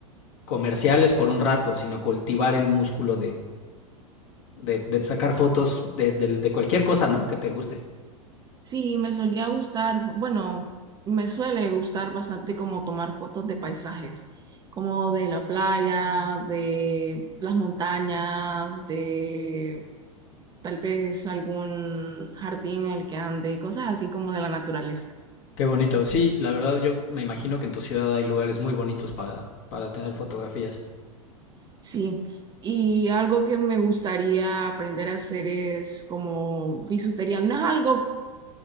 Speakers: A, on the left; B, on the right.
A: comerciales por un rato, sino cultivar el músculo de, de, de sacar fotos de, del- de cualquier cosa, ¿no? Que te guste.
B: Sí, me solía gustar, bueno, me suele gustar bastante como tomar fotos de paisajes, como de la playa, de las montañas, de tal vez algún jardín en el que ande y cosas así como de la naturaleza.
A: Qué bonito. Sí, la verdad yo me imagino que en tu ciudad hay lugares muy bonitos para, para tener fotografías.
B: Sí, y algo que me gustaría aprender a hacer es como bisutería. No es algo